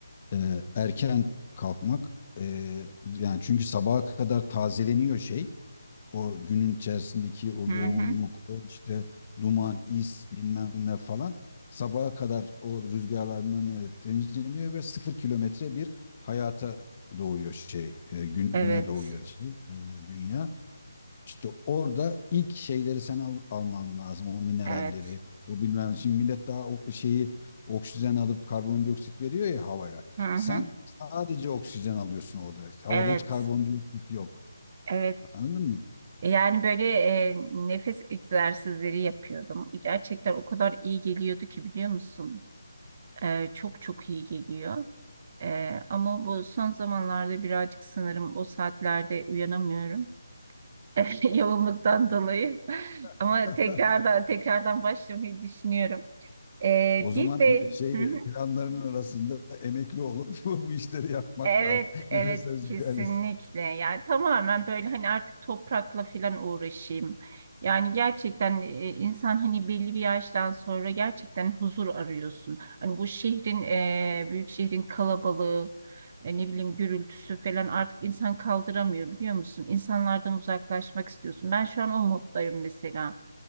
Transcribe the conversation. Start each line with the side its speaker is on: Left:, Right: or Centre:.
Left: Ee, erken kalkmak e, yani çünkü sabaha kadar tazeleniyor şey. O günün içerisindeki o
Right: hı
Left: yoğunluk,
Right: hı,
Left: o işte duman, is bilmem ne falan sabaha kadar o rüzgarlar bilmem ne temizleniyor ve sıfır kilometre bir hayata doğuyor şey, e, gün,
Right: evet.
Left: güne doğuyor şey, e, dünya. İşte orada ilk şeyleri sen al- alman lazım, o mineralleri,
Right: Evet.
Left: o bilmem. Şimdi millet daha o şeyi oksijen alıp karbondioksit veriyor ya havaya.
Right: Hı hı,
Left: Sen sadece oksijen alıyorsun orada. Havada
Right: evet.
Left: hiç karbondioksit yok.
Right: Evet.
Left: Anladın mı?
Right: E, Yani böyle e, nefes egzersizleri yapıyordum. Gerçekten o kadar iyi geliyordu ki biliyor musun? E, çok çok iyi geliyor. Ee, ama bu son zamanlarda birazcık sanırım o saatlerde uyanamıyorum. <laughs> Yoğunluktan dolayı. <laughs> Ama
Left: <laughs>
Right: tekrardan tekrardan başlamayı düşünüyorum. Ee,
Left: O zaman
Right: bir de
Left: e- şey
Right: <laughs>
Left: planlarının arasında emekli olup <laughs> bu işleri yapmak
Right: Evet,
Left: var. <laughs>
Right: evet
Left: Nefes özgürlüğü.
Right: kesinlikle. Yani tamamen böyle hani artık toprakla falan uğraşayım. Yani gerçekten e, insan hani belli bir yaştan sonra gerçekten huzur arıyorsun. Hani bu şehrin, e, büyük şehrin kalabalığı, e, ne bileyim gürültüsü falan artık insan kaldıramıyor biliyor musun? İnsanlardan uzaklaşmak istiyorsun. Ben şu an o moddayım mesela.